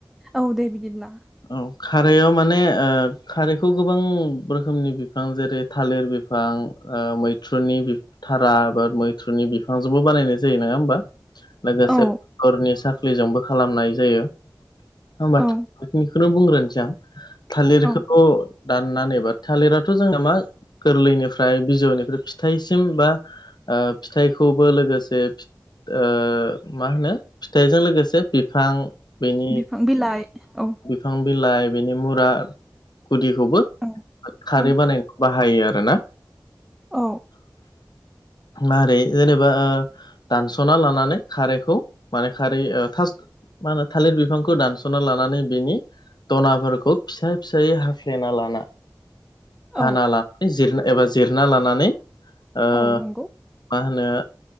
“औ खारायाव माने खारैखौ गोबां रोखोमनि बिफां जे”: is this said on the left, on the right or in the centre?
Left